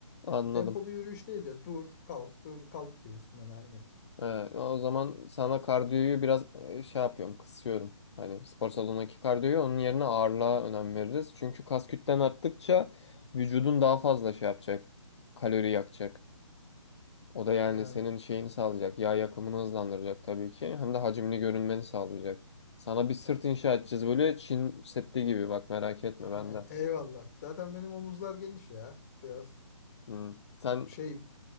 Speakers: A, on the left (about 60°); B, on the left (about 30°).
A: anladım.
B: Tempolu yürüyüş değil de dur, kalk, dur, kalk gibisinden aynı.
A: Ee, o zaman sana kardiyoyu biraz e, şey yapıyorum kısıyorum. Hani spor salonundaki kardiyoyu onun yerine ağırlığa önem veririz. Çünkü kas kütlen arttıkça vücudun daha fazla şey yapacak. Kalori yakacak. O da yani
B: Yani
A: senin şeyini sağlayacak. Yağ yakımını hızlandıracak tabii ki. Hem de hacimli görünmeni sağlayacak. Sana bir sırt inşa edeceğiz böyle Çin Seddi gibi bak merak etme
B: <laughs>
A: ben de.
B: eyvallah. Zaten benim omuzlar geniş ya. Biraz
A: Hmm. Sen
B: şey